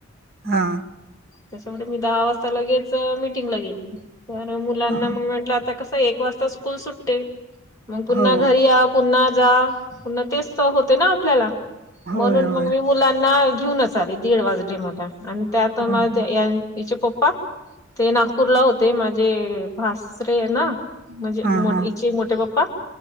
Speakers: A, on the right; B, on the left.
A: हा.
B: त्याच्यामुळे मी दहा वाजता लगेच मीटिंगला गेली. तर मुलांना
A: हा
B: मग म्हटलं आता कसं एक वाजता स्कूल सुटते. मग पुन्हा
A: हो
B: घरी या पुन्हा जा पुन्हा तेच तर होते ना आपल्याला
A: होय
B: म्हणून
A: होय
B: मग मी मुलांना घेऊनच आले दीड वाजले मला आणि त्यात मला
A: हो हो
B: या हिचे पप्पा ते नागपूरला होते माझे भासरे आहे ना, म्हणजे
A: हा
B: मो
A: हा
B: हीचे मोठे पप्पा.